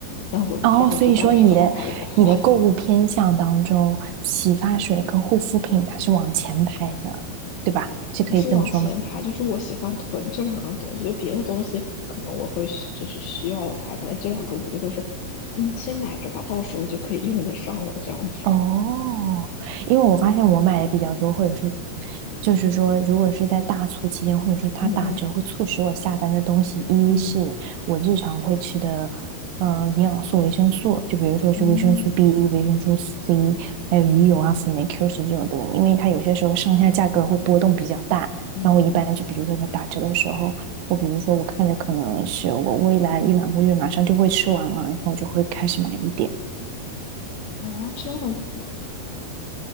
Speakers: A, on the left (about 85°); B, on the right (about 90°).
A: 但我不知道这到底是好还是不好。
B: 哦，所以说你的你的购物偏向当中，洗发水跟护肤品它是往前排的，对吧？是可以这么说吗？
A: 不是往前排，就是我喜欢囤这两样东西。就别的东西可能我会需就是需要了才买，这两个我就会说，嗯，先买着吧，到时候就可以用得上了，这样子。
B: 哦，因为我发现我买的比较多，或者说，就是说，如果是在大促期间，或者是它打折，
A: 嗯嗯
B: 会促使我下单的东西，一是我日常会吃的，
A: 嗯
B: 呃，营养素、维生素，就比如说是维生素
A: 嗯
B: B、维生素 C，还有鱼油啊、辅酶 Q 十这种等等，因为它有些时候上下价格会波动比较大，
A: 嗯
B: 然后我一般就比如说它打折的时候，我比如说我看着可能是我未来一两个月马上就会吃完了，然后我就会开始买一点。
A: 嗯，哦，这样子。